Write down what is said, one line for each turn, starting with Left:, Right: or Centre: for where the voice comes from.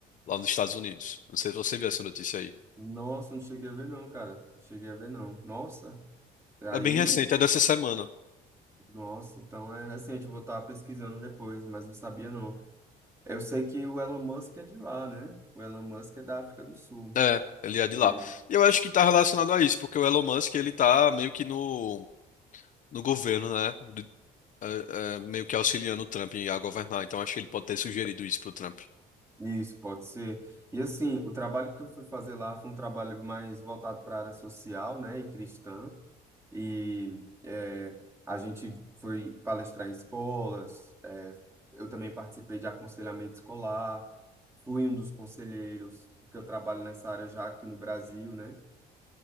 Left: lá nos Estados Unidos. Não sei se você viu essa notícia aí.
Right: Nossa, não cheguei a ver, não, cara. Não cheguei a ver, não. Nossa. Aí,
Left: É bem recente, é dessa semana.
Right: nossa, então é recente. Eu vou estar pesquisando depois, mas não sabia, não. Eu sei que o Elon Musk é de lá, né? O Elon Musk é da África do Sul.
Left: É, ele é de
Right: É,
Left: lá. E eu acho que está relacionado a isso, porque o Elon Musk ele está meio que no, no governo, né? Do- é, é, meio que auxiliando o Trump a governar. Então, acho que ele pode ter sugerido isso pro Trump.
Right: isso, pode ser. E assim, o trabalho que eu fui fazer lá foi um trabalho mais voltado para a área social, né, e cristã. e é, a gente foi palestrar em escolas. é, eu também participei de aconselhamento escolar, fui um dos conselheiros, porque eu trabalho nessa área já aqui no Brasil, né?